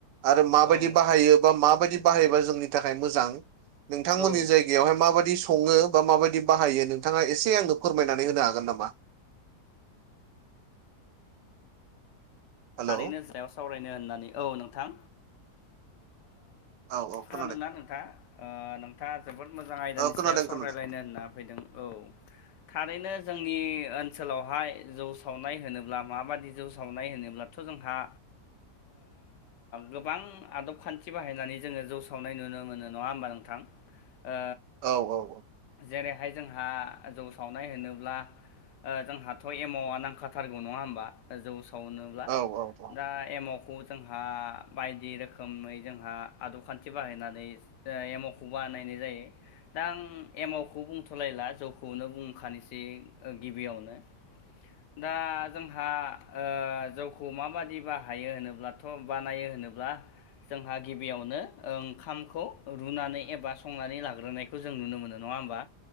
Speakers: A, on the right; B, on the left.
A: आरो माबायदि
B: औ
A: बाहायो बा माबायदि बाहायोबा जोंनि थाखाय मोजां नोंथांमोननि
B: औ
A: जाय गायावहाय माबायदि सङो बा माबायदि बाहायो नोंथाङा एसे आंनो फोरमायनानै होनो हागोन नामा हेलौ
B: थारैनो सायाव सावरायनो होननानै औ नोंथां
A: औ औ
B: खोनदों
A: खोनादों
B: ना नोंथाङा औ नों थाङा जोबोद मोजां आयदानि
A: औ खोनादों
B: सायाव सावरायलायनो
A: खोनादों
B: होनना फैदों औ
A: <inaudible>
B: थारैनो जोंनि ओनसोलावहाय जौ सावनाय होनोब्ला माबादि जौ सावनाय होनोब्ला थ' जोंहा गोबां आदब खान्थि बाहायनानै जोङो जौ सावनाय नुनो मोनो नङा होमबा नोंथां ओ
A: औ औ औ
B: जेरैहाय जोंहा जौ सावनाय होनोब्ला ओ जोंहाथ' एमावा नांखाथारगौ नङा होमबा जौ सावनोब्ला
A: औ औ
B: दा एमावखौ जोंहा बायदि रोखोमै जोंहा आदब खान्थि बाहायनानै एमावखौ बानायनाय जायो दा आं एमावखौ बुंथ'लायला जौखौनो बुंखानोसै गिबियावनो
A: <inaudible>
B: दा जोंहा ओ जौ खौ माबादि बाहायो होनोब्लाथ' बानायो होनोब्ला जोंहा गिबियावनो ओंखामखौ रुनानै एबा संनानै लाग्रोनाय खौ जों नुनो मोनो नङा होमबा